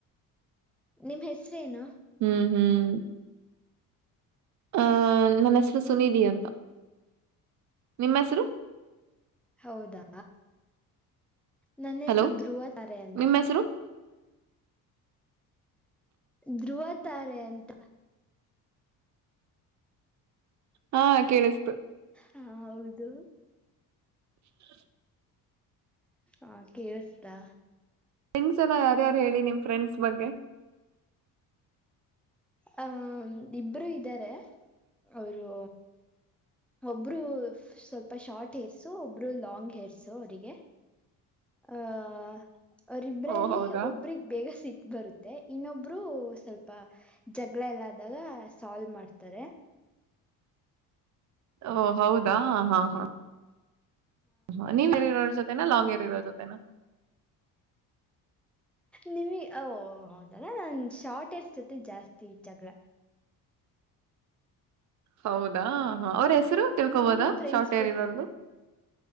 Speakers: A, in the centre; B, on the right (about 50°).
A: ನಿಮ್ ಹೆಸರು ಏನು.
B: ಹ್ಮ್ ಹ್ಮ್ ಹ ನನ್ನ ಹೆಸರು ಸನ್ನಿಧಿ ಅಂತ ನಿಮ್ಮ ಹೆಸರು.
A: ಹೌದಾ ನನ್ನ
B: ಹಲೋ
A: ಹೆಸರು ಧ್ರುವ ತಾರೆ ಅಂತ.
B: ನಿಮ್ಮ ಹೆಸರು
A: ಧ್ರುವ ತಾರೆ ಅಂತ.
B: ಹಾ ಕೇಳಿಸ್ತು.
A: ಹ ಹೌದು
B: <inaudible>
A: ಆ ಕೇಳಸ್ತಾ?
B: ತಿಂಗ್ಸ್ ಎಲ್ಲ ಯಾರ್ಯಾರು ಹೇಳಿ ನಿಮ್ ಫ್ರೆಂಡ್ಸ್ ಬಗ್ಗೆ
A: ಆ ಇಬ್ಬರು ಇದ್ದಾರೆ ಅವರು. ಒಬ್ರು ಸ್ವಲ್ಪ ಶಾರ್ಟ್ ಹೇರಸು ಒಬ್ರು ಲಾಂಗ್ ಹೇರಸು ಅವರಿಗೆ ಆಹ ಅವರಿಬ್ರಲ್ಲಿ
B: ಓ ಹೌದಾ
A: ಒಬ್ರಗ್ ಬೇಗ ಸಿಟ್ ಬರುತ್ತೆ ಇನ್ನೊಬ್ರು ಸ್ವಲ್ಪ. ಜಗಳ ಎಲ್ಲ ಆದಾಗ ಸಾಲ್ವ್ ಮಾಡ್ತಾರೆ.
B: ಓ ಹೌದಾ ಹಾ ಹಾ ಹ ನೀವ ಹೇರ್ ಇರೋರ ಜೊತೆನಾ ಲಾಂಗ ಏರಿರೋ ಜೊತೆನಾ
A: ನಿಮ ವೋ ಹೌದಲ್ಲ ನಾ ಶಾರ್ಟ್ ಹೇರಸೂ ಜೋ ತೆ ಜಾಸ್ತಿ ಜಗಳ.
B: ಹೌದಾ ಹ ಅವ್ರ ಹೆಸರು ತಿಳ್ಕೋಬೋದಾ
A: ನಿಮ್ ಫ್ರೆಂಡ್ಸ್
B: ಶಾರ್ಟ್ ಏರಿರೋರ್ದು